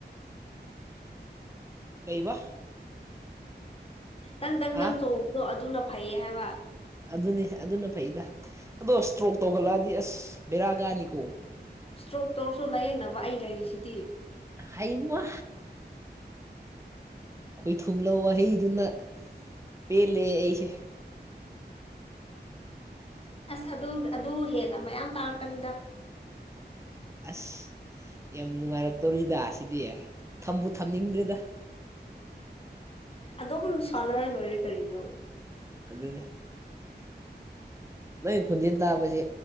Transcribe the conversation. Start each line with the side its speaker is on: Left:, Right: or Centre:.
Right: ꯀꯩꯕ
Left: ꯇꯪ ꯇꯪ
Right: ꯍꯥ
Left: ꯇꯪ ꯆꯣꯡꯕꯗꯣ ꯑꯗꯨꯅ ꯐꯩꯌꯦ ꯍꯥꯏꯕ
Right: ꯑꯗꯨꯅꯦ ꯑꯗꯨꯅ ꯐꯩꯗ ꯑꯗꯣ ꯏꯁꯇ꯭ꯔꯣꯛ ꯇꯧꯈꯠꯂꯛꯑꯗꯤ ꯑꯁ ꯕꯦꯔꯥꯒꯥꯅꯤꯀꯣ
Left: ꯏꯁꯇ꯭ꯔꯣꯛ ꯇꯧꯔꯁꯨ ꯂꯥꯏꯌꯦꯡꯅꯕ ꯑꯩ ꯂꯩꯔꯤꯁꯤꯗꯤ
Right: ꯍꯩꯃ ꯑꯩꯈꯣꯏ ꯊꯨꯝꯂꯧ ꯋꯥꯍꯩꯗꯨꯅ ꯄꯦꯜꯂꯦ ꯑꯩꯁꯦ
Left: ꯑꯁ ꯑꯗꯨ ꯑꯗꯨ ꯍꯦꯟꯅ ꯃꯌꯥꯝ ꯇꯥꯡꯔꯛꯀꯅꯤꯗ
Right: ꯑꯁ ꯌꯥꯝ ꯅꯨꯡꯉꯥꯏꯔꯛꯇꯧꯔꯤꯗ ꯁꯤꯗꯤ ꯊꯝꯕꯨ ꯊꯝꯅꯤꯡꯗ꯭ꯔꯦꯗ
Left: ꯑꯗꯣꯝ ꯁꯥꯟꯅꯔ ꯂꯣꯏꯔꯦ ꯀꯔꯤꯅꯣ
Right: ꯑꯗꯨ ꯑꯗꯨꯅꯦ ꯅꯪ ꯈꯨꯟꯖꯤꯦꯟ ꯇꯥꯕꯁꯦ